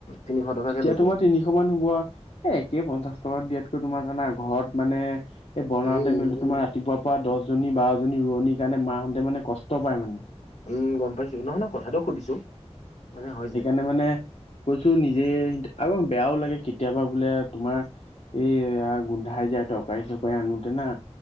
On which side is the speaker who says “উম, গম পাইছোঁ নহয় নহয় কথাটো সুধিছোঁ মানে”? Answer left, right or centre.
Left